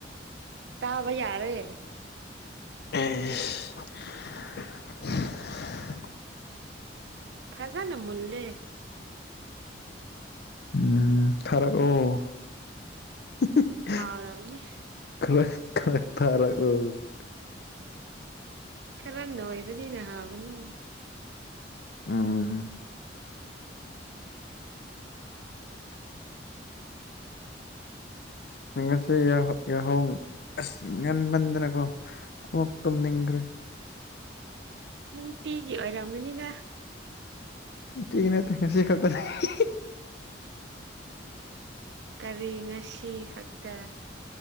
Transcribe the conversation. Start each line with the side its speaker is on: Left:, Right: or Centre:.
Right: ꯆꯥꯕ ꯌꯥꯔꯦ
Left: <inaudible>
Right: ꯐꯖꯅ ꯃꯨꯟꯂꯦ
Left: ꯎꯝ ꯊꯥꯔꯛꯑꯣ <unintelligible>
Right: ꯍꯥꯎꯔꯥꯥꯝꯅꯤ
Left: <unintelligible> ꯊꯥꯔꯛꯑꯣ
Right: ꯈꯔ ꯅꯣꯏꯕꯅꯤꯅ ꯍꯥꯎꯒꯅꯤ
Left: ꯎꯝ ꯑꯁ ꯉꯁꯤ ꯌꯥꯍꯧ ꯌꯍꯧ ꯑꯁ ꯉꯟꯃꯟꯗꯅꯀꯣ ꯑꯃꯨꯛ ꯇꯨꯝꯅꯤꯡꯈ꯭ꯔꯦ
Right: ꯅꯨꯡꯇꯤꯒꯤ ꯑꯣꯏꯔꯝꯒꯅꯤꯗ
Left: ꯅꯨꯡꯇꯤꯒꯤ ꯅꯠꯇꯦ ꯉꯥꯁꯤ ꯈꯛꯇꯅꯤ <unintelligible>
Right: ꯀꯔꯤ ꯉꯁꯤ ꯈꯛꯇ